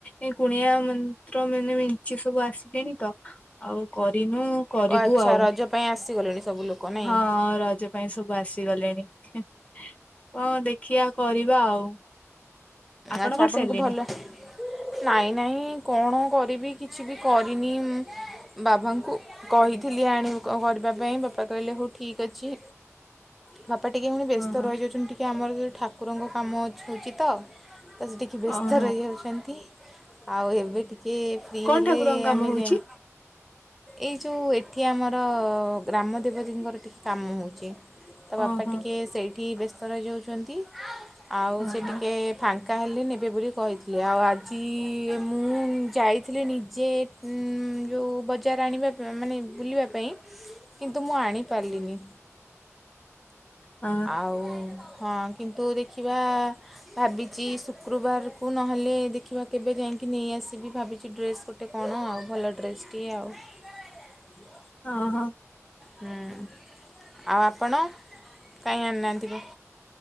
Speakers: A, on the left; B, in the centre.
A: ଏ କୁଣିଆ ମନ୍ତ୍ର ମାନେ ମିଞ୍ଚି ସବୁ ଆସିଲେଣି ତ। ଆଉ କରିନୁ କରିବୁ
B: ଓ ଆଚ୍ଛା
A: ଆଉ
B: ରଜ ପାଇଁ ଆସିଗଲେଣି ସବୁ ଲୋକ? ନାଇଁ
A: ହଁ ରଜ ପାଇଁ ସବୁ ଆସିଗଲେଣି କଣ ଦେଖିବା? କରିବା ଆଉ ଆପଣ
B: ଆଚ୍ଛା
A: କଣ
B: ଆପଣଙ୍କୁ
A: ସାରିଲେଣି?
B: ଭଲ ନାଇଁ ନାଇଁ କଣ କରିବି କିଛି ବି କରିନି ବାବାଙ୍କୁ କହିଥିଲି ଆଣିବୁ କରିବା ପାଇଁ ବାପା କହିଲେ ହଉ ଠିକ୍ ଅଛି। ବାପା ଟିକେ ପୁଣି ବ୍ୟସ୍ତ
A: ହଁ ହଁ
B: ରହିଯାଉଛନ୍ତି ଟିକେ ଆମର ଯି ଠାକୁରଙ୍କ କାମ ଅଉଛି ତ ତ ସେ ଟିକେ ବ୍ୟସ୍ତ
A: ଓହୋ
B: ରହିଯାଉଛନ୍ତି ଆଉ ଏବେ ଟିକେ ଏ
A: କଣ
B: ହେଲେ
A: ଠାକୁରଙ୍କ କାମ
B: ଆମେ
A: ହଉଛି
B: ଯାଇ ଏଇ ଯେଉଁ ଏଠି ଆମର ଗ୍ରାମ ଦେବତୀଙ୍କର ଟିକିଏ କାମ ହେଉଛି। ତା ବାପା
A: ଓହୋ
B: ଟିକିଏ ସେଇଠି ବ୍ୟସ୍ତ ରହିଯାଉଛନ୍ତି ଆଉ
A: ହଁ
B: ସେ
A: ହଁ
B: ଟିକେ ଫାଙ୍କା ହେଲେ ନେବେ ବୋଲି କହିଥିଲେ ଆଉ ଆଜି ମୁଁ ଯାଇଥିଲି ନିଜେ ଉଁ ଯଉ ବଜାର ଆଣିବା ମାନେ ବୁଲିବା ପାଇଁ କିନ୍ତୁ ମୁଁ ଆଣିପାରିଲିନି।
A: ହଁ
B: ଆଉ ହଁ କିନ୍ତୁ ଦେଖିବା ଭାବିଛି ଶୁକ୍ରବାରକୁ ନହେଲେ ଦେଖିବା କେବେ ଯାଇକି କି ନେଇ ଆସିବି ଭାବିଛି ଡ୍ରେସ୍ ଗୋଟେ କଣ ଆଉ ଭଲ ଡ୍ରେସ୍ଟିଏ ଆଉ।
A: ହଁ ହଁ।
B: ହୁଁ ଆଉ ଆପଣ କାହିଁ ଆଣିନାହାନ୍ତିି?